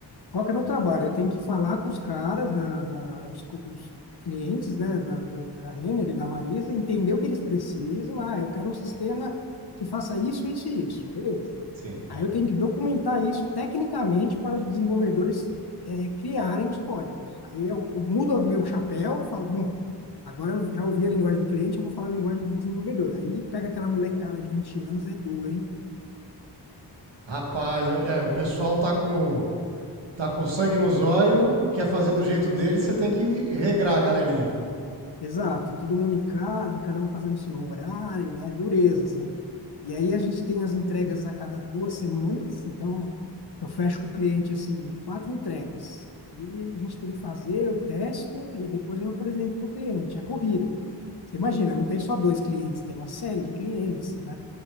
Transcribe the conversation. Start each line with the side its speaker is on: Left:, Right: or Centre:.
Left: qual que é o meu trabalho? Eu tenho que falar com os caras, da, da- os, cu- os clientes, né, da, da, da Renner e da Marisa, entender o que eles precisam. Ah, eu quero um sistema que faça isso, isso e isso. Beleza.
Right: Sim.
Left: Aí eu tenho que documentar isso tecnicamente para os desenvolvedores eh, criarem os códigos. Aí eu, eu mudo o meu chapéu, falo, bom, agora eu já ouvi a linguagem do cliente, eu vou falar a linguagem do desenvolvedor. Aí pega aquela molecada de 20 anos, é duro, hein?
Right: Rapaz, eu- é, o pessoal tá com, tá com sangue nos olhos, quer fazer do jeito dele, você tem que regrar a galerinha.
Left: Exato, e todo mundo em casa, e cada um fazendo o seu horário, né? dureza, assim. E aí a gente tem as entregas a cada duas semanas, então eu fecho com o cliente, assim, quatro entregas. E a gente tem que fazer, eu testo e depois eu apresento para o cliente. É corrido. Você imagina, não tem só dois clientes, tem uma série de clientes, né?